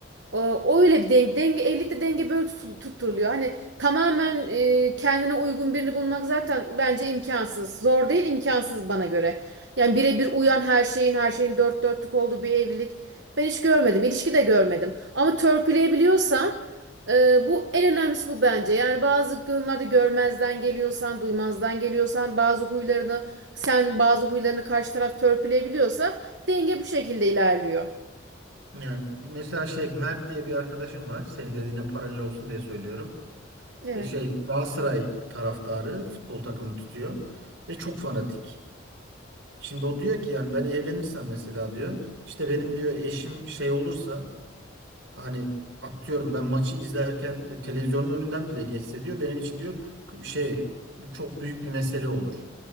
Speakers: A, on the right; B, on the right.
A: O, o öyle bir denge, denge evlilikte denge böyle tutul- tutturuluyor. Hani tamamen e, kendine uygun birini bulmak zaten bence imkansız. Zor değil, imkansız bana göre. Yani birebir uyan her şeyin, her şeyin dört dörtlük olduğu bir evlilik ben hiç görmedim. ilişki de görmedim. Ama törpüleyebiliyorsan e, bu en önemlisi bu bence. Yani bazı konularda görmezden geliyorsan, duymazdan geliyorsan, bazı huylarını sen bazı huylarını karşı taraf törpüleyebiliyorsa denge bu şekilde ilerliyor.
B: Yani mesela şey Mert diye bir arkadaşım var. Senin dediğine paralel olsun diye söylüyorum.
A: Evet.
B: E, Şey Galatasaray taraftarı futbol takımını tutuyor ve çok fanatik. Şimdi o diyor ki yani ben evlenirsem mesela diyor işte benim diyor eşim şey olursa Hani atıyorum ben maçı izlerken e, televizyonun önünden bile geçse diyor benim için diyor k- şey bu çok büyük bir mesele olur.